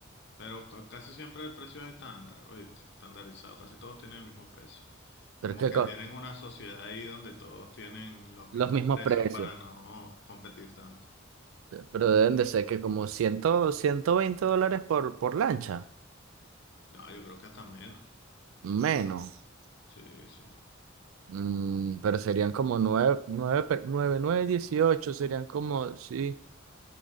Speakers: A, on the left; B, on the right.
A: pero ca- casi siempre el precio es estándar, ¿oíste? Estandarizado. Casi todos tienen el mismo precio.
B: Pero
A: Como
B: es que
A: que
B: co-
A: tienen una sociedad ahí donde todos tienen los mismos
B: los mismos
A: precios
B: precios.
A: para no competir tanto.
B: Pero deben de ser que como cien, ciento veinte dólares por, por lancha.
A: No, yo creo que hasta menos.
B: Menos.
A: Sí, sí.
B: Mm, pero serían como 9 9 9 9 dieciocho Serían como, sí,